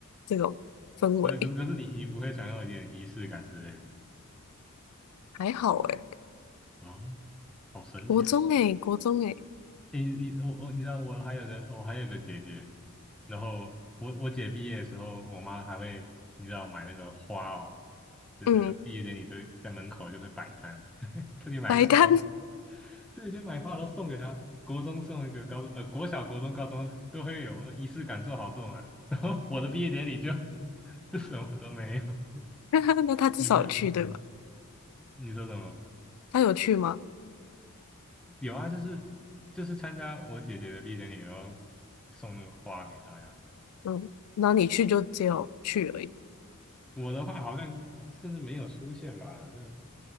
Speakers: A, on the left; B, in the centre.
A: 这种氛围，
B: 不是，可是可是你你不会想要一点仪式感之类的
A: 还好诶、
B: 啊？好神奇哦！
A: 国中诶、国中诶、
B: 你你我我你知道我还有个我还有个姐姐，然后我我姐毕业的时候，我妈还会你知道买那个花哦，真的，
A: 嗯，
B: 像毕业典礼都在门口就会摆摊，<laughs> 特地买个花，
A: 白干，
B: <laughs> 对，就买花然后送给她，国中送一个，高呃国小、国中、高中都会有，仪式感做好做满。<laughs> 然后我的毕业典礼就就什么都没有，
A: <laughs> 那他至少有去对吧？
B: <laughs> 有没有人生。你说什么？
A: 他有去吗？
B: 有啊，就是就是参加我姐姐的毕业典礼，然后送那个花给她呀。
A: 嗯，然后你去就只有去而已，
B: 我的话好像甚至没有出现吧，就